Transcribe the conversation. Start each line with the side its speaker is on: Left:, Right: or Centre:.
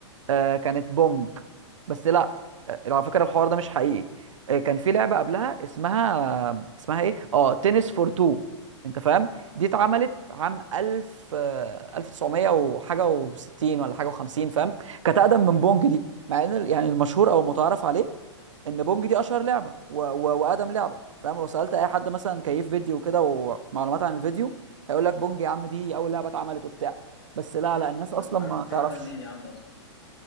Right: آه كانت بونج بس لا آه، على فكره الحوار ده مش حقيقي آه كان في لعبه قبلها اسمها اسمها ايه اه تنس فور تو انت فاهم دي اتعملت عام 1000 آه 1900 وحاجه و60 ولا حاجه و50 فاهم كانت اقدم من بونج دي مع ان ال- يعني المشهور او المتعارف عليه ان بونج دي اشهر لعبه و... و... واقدم لعبه فاهم لو سالت اي حد مثلا كيف فيديو كده ومعلومات عن الفيديو هيقول لك بونج يا عم دي اول لعبه اتعملت وبتاع بس لا لا الناس اصلا
Left: ده أنت عارف
Right: ما
Left: الكلام
Right: تعرفش
Left: ده منين يا عم أصلا